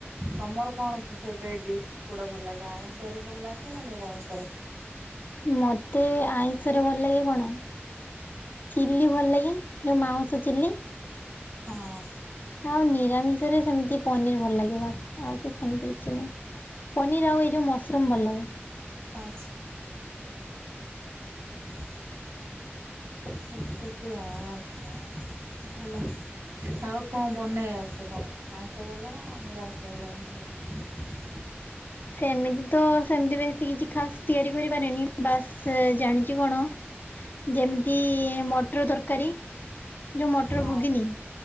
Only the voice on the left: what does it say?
ମୋତେ ଆଇଁଷରେ ଭଲ ଲାଗେ କଣ? ଚିଲ୍ଲି ଭଲ ଲାଗେ ଯେଉଁ ମାଉଁସ ଚିଲ୍ଲି।
ଆଉ ନିରାମିଷ ରେ ସେମିତି ପନିର ଭଲ ଲାଗେ ବାସ୍ ଆଉ ସେମିତି କିଛି ନାହିଁ। ପନିର ଆଉ ଏଇ ଯୋଉ ମସରୁମ ଭଲ ଲାଗେ।
ସେମିତି ତ ସେମିତି ବେଶୀ କିଛି ଖାସ୍ ତିଆରି କରିପାରେନି ବାସ୍ ଜାଣିଛି କଣ? ଯେମିତି ମଟର ତରକାରୀ ଯୋଉ ମଟର
ଗୁଗୁନି।